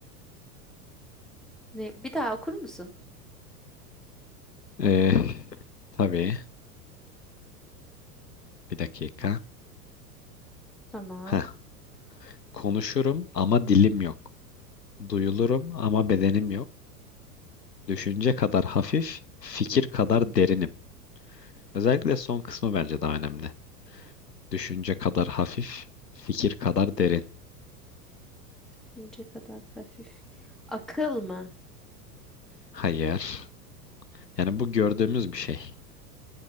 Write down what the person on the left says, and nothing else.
Ee, tabii. Bir dakika.
Heh. Konuşurum ama dilim yok. Duyulurum ama bedenim yok. Düşünce kadar hafif, fikir kadar derinim. Özellikle son kısmı bence daha önemli. Düşünce kadar hafif, fikir kadar derin.
Hayır. Yani bu gördüğümüz bir şey.